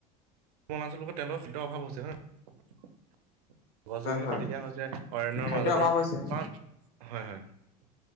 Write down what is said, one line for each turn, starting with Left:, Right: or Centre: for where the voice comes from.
Right: <unintelligible> তেওঁলোকৰ শীতৰ অভাৱ হৈছে হয়নে। গছ
Left: হয়
Right: গছনি
Left: হয়
Right: কাটি দিয়া হৈছে অৰণ্যৰ
Left: খাদ্যৰ
Right: মাজতে
Left: অভাৱ হৈছে।
Right: কাৰণ হয় হয়।